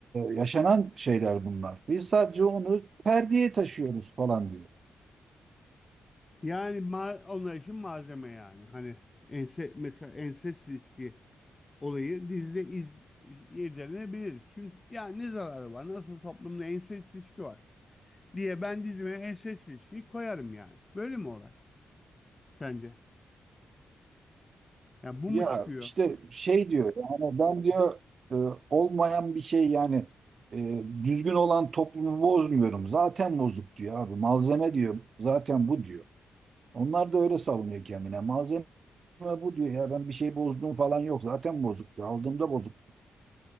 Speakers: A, on the right; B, on the left.
A: yaşanan şeyler bunlar. Biz sadece onu perdeye taşıyoruz falan diyor.
B: Yani ma onlar için malzeme yani. Hani ense mesela ensest ilişki olayı dizide iz irdelenebilir. Çünkü ya ne zararı var? Nasıl toplumda ensest ilişki var diye ben dizime ensest ilişkiyi koyarım yani. Böyle mi olay sence? Ya bu
A: Ya
B: mu çıkıyor?
A: işte şey diyor yani ben diyor e, olmayan bir şey yani e, düzgün olan toplumu bozmuyorum. Zaten bozuk diyor abi. Malzeme diyor. Zaten bu diyor. Onlar da öyle savunuyor kendine. Malzeme bu diyor ya ben bir şey bozduğum falan yok. Zaten bozuk diyor. Aldığımda bozuk.